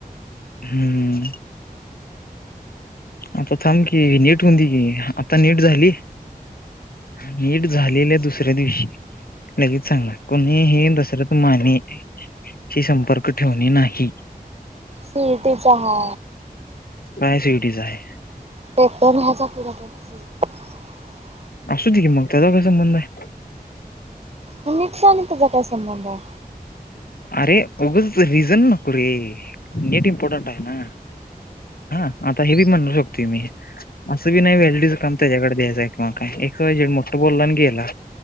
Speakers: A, on the left; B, on the right.
A: हम्म आता थांब की नीट होऊन दी कि, आता नीट झाली नीट झालेल्या दुसऱ्या दिवशी लगेच सांगणार, कोणी हे अन दुसरं तू माने हे संपर्क ठेवणे नाही.
B: स्विटीचा हा.
A: नाही स्विटीचा आहे.
B: <unintelligible>
A: असू दे की मग, त्याचा काय संबंध आहे?
B: म नीटचा आणि तिचा काय संबंध आहे?
A: आरे उगचं रिजन नको रे, नेट इमपॉर्टंट आहे ना. हा आता हे बी म्हणू शकतोय मी, असं बी नाही व्हॅलिडीच काम, त्याच्याकडे द्यायचंय किंवा काय? एक्स वाय झेड, मोठ बोलला आणि गेला